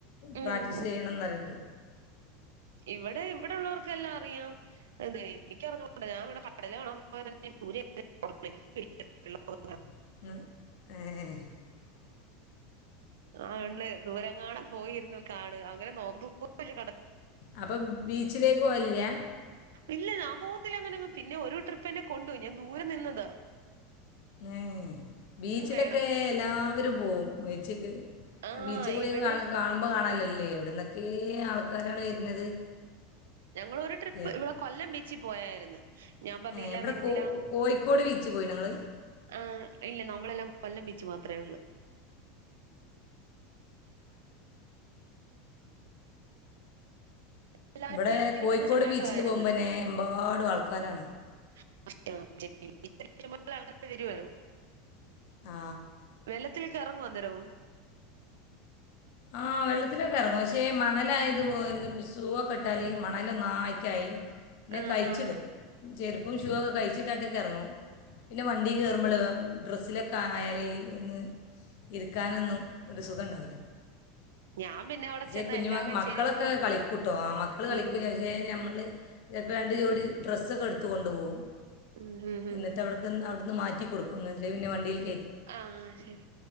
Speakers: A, on the right; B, on the left.
A: ഉം
B: പ്രാക്ടീസ് ചെയ്യണം ന്ന് പറയ്ണ്ട്
A: ഇവിടെ ഇവിടെ ഉള്ളവർക്കെല്ലാം അറിയാം എന്തുവ എനിക്കറിഞ്ഞുകൂടാ ഞാൻ ഇവിടെ കടല് കാണൻ പോയത് ദൂരെ <inaudible>
B: <unintelligible>
A: ആ ഉണ്ട് ദൂരെങ്ങാണം പോയി ഇരുന്ന് കാണുക അങ്ങനെ നോക്കൂ പോലുയില്ല കടൽ
B: അപ്പം വി ച്ചിലേക്ക് പോവലില്ല്യ
A: ഇല്ല ഞാൻ പോവത്തില്ല അങ്ങനെങ്ങും പിന്നെ ഒരു ട്രിപ്പ് എന്നെ കൊണ്ടുപോയി ഞാൻ ദൂരെ നിന്നത്
B: ഏഹ് ബീച്ചിലൊക്കെ
A: വേണം
B: എല്ലാവരും പോവും ബീച്ച്ക്ക്
A: ആഹ്
B: ബീച്ച് പോയി
A: ഇവിടെ
B: കാണും കാണുമ്പോ കാണാലല്ലേ എവിടുന്നൊക്കെ ആൾക്കാരാണ് വരുന്നത്.
A: ഞങ്ങൾ ഒരു ട്രിപ്പ്
B: എപ്-
A: ഇവിടെ കൊല്ലം ബീ ച്ചി പോയായിരുന്നു. ഞാൻ പറഞ്ഞ്
B: ഏ,
A: ഇല്ല
B: ഇവിടെ
A: വരുന്നില്ല
B: കോ കോഴിക്കോട് ബീച്ച് പോയി ഞങ്ങൾ
A: ആ ഇല്ല നമ്മളെല്ലാം കൊല്ലം ബീച്ച് മാത്രമേ ഉള്ളൂ എല്ലാവരും
B: ഇവിടെ
A: വെള്ളത്തിൽ
B: കോയിക്കോട്
A: കിടന്ന് ചാട്ടമായിരുന്നു
B: ബീച്ചില് പോകുമ്പോ എന്നെ എമ്പാടും ആൾക്കാരാണ്
A: <unintelligible> ഇത്തരത്തിലുള്ള മൊത്തംആൾക്കാരും വരുവല്ലോ
B: ആ
A: വെള്ളത്തിലെക്കെ ഇറങ്ങുമോ അന്നേരം?
B: ആഹ്, വെള്ളത്തിലൊക്കെറങ്ങും. പക്ഷേ മണലായത് പോലും സൂവൊക്കെ ഇട്ടാല് മണലൊന്നായിട്ടായി. പിന്നെ
A: ആഹ്
B: കഴിച്ചിടും.
A: ആഹ്
B: ചെരുപ്പും ഷൂ ഒക്കെ കഴിച്ചി യിങ്ങോട്ടേക്കറങ്ങും. പിന്നെ വണ്ടി കേറുമ്പള് ഡ്രസ്സിലൊക്കെയായല് ന്ന് ഇരിക്കാനൊന്നും ഒരു സുഖണ്ടാവില്ല.
A: ഞാൻ പിന്നെ അവിടെ
B: പക്ഷെ,
A: ചെന്ന
B: കുഞ്ഞുമ
A: എല്ലാവരുടെയും
B: മക്കളൊക്കെ
A: ചെരുപ്പും
B: കളിക്കൂട്ടോ. ആ മക്കള്
A: ഉം
B: കളിക്കും പക്ഷെ ഞമ്മള്. പ്പ രണ്ട് ജോടി ഡ്രസ്സൊക്കെ എടുത്ത് കൊണ്ട് പോവും.
A: ഉം ഹും ഹും
B: എന്നിട്ട്
A: ഹും
B: അവ്ടക്ക് അവടുന്ന് മാറ്റി കൊടുക്കുന്നതില് പിന്നെ വണ്ടീല്
A: ആഹ് ശെരി,